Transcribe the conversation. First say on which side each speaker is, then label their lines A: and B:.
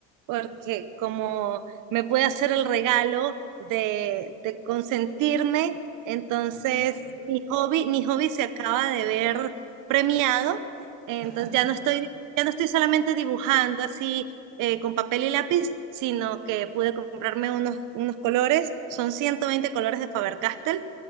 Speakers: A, on the right; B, on the right.
A: porque como me pude hacer el regalo de, de consentirme, entonces
B: A ver.
A: mi hobby, mi hobby se acaba de ver premiado, entonces
B: <laughs>
A: ya no estoy, ya no estoy solamente dibujando así eh, con papel y lápiz, sino que pude comprarme unos, unos colores, son 120 colores de Faber-Castell